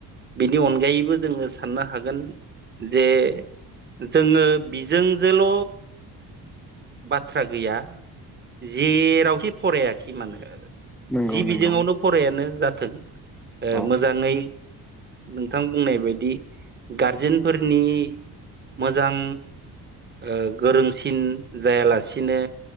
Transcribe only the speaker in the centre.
नंगौ
नंगौ
औ